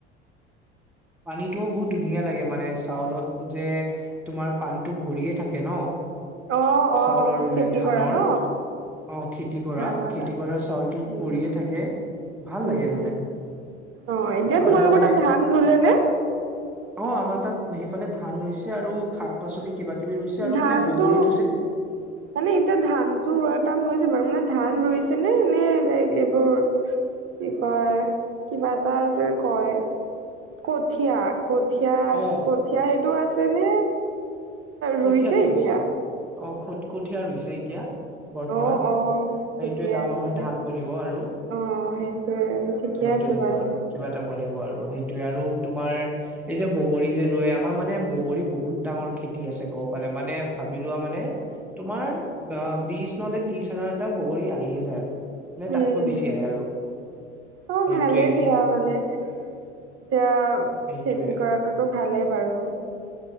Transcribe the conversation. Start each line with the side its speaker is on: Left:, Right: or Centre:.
Centre: পানীতটোও বহুত ধুনীয়া লাগে মানে চাউলত যে। তোমাৰ পানীতটো ভৰিয়ে থাকে ন
Right: অ অ
Centre: চাউলৰ ৰুলে
Right: খেতি
Centre: ধানৰ
Right: কৰা ন
Centre: অ খেতি কৰা
Right: ধানৰ
Centre: খেতি
Right: তাত
Centre: কৰা চাউলটো
Right: উম
Centre: পৰিয়ে থাকে ভাল
Right: উম
Centre: লাগে মানে।
Right: অ এতিয়া
Centre: আৰু
Right: তোমা
Centre: মানে
Right: লোকৰ তাত ধান ৰুলে নে।
Centre: অ আমাৰ তাত সেইফালে ধান ৰুইছে আৰু শাক পাচলি কিবা কিবি ৰুইছে আৰু
Right: ধানটো
Centre: মানে বগৰীত।
Right: মানে এতিয়া ধানতটো ৰোৱাৰ টাম হৈছে বাৰু মানে ধান ৰুইছে নে নে লাইক এইবোৰ। কি কয় কিবা এটা যে কয় কঠীয়া কঠীয়া
Centre: অ
Right: কঠীয়া সেইটো আছে নে? ৰুইছে
Centre: কঠিয়টো
Right: এতিয়া
Centre: আছে অ কঠীয়া হৈছে এতিয়া বৰ্তমান।
Right: অ অ ঠিকে
Centre: সেইটোোৱে ডাঙৰ
Right: আছে
Centre: হয়
Right: দিয়া
Centre: ধান বনিব আৰু
Right: অ সেইটোয়ে ঠিকে
Centre: সেইটোৱেই।
Right: আছে বাৰু
Centre: কিবা এটা বনিব আৰু সেইটোয়ে আৰু তোমাৰ। এই যে বগৰী যে ৰুৱে আমাৰ মানে বগৰী বহুত ডাঙৰ খেতি আছে গহ পালে মানে ভাবি লোৱা মানে তোমাৰ বিশ নলে ত্ৰিশ হাজাৰটা বগৰী আহিয়ে যায় আৰু নে তাতকৈ
Right: উম
Centre: বেছি আহে আৰু
Right: অ
Centre: সেইটোৱে
Right: ভালেই দিয়া
Centre: সেয়া
Right: মানে এতিয়া
Centre: সেইটোৱে
Right: খেতি কৰাততো ভালেই বাৰু।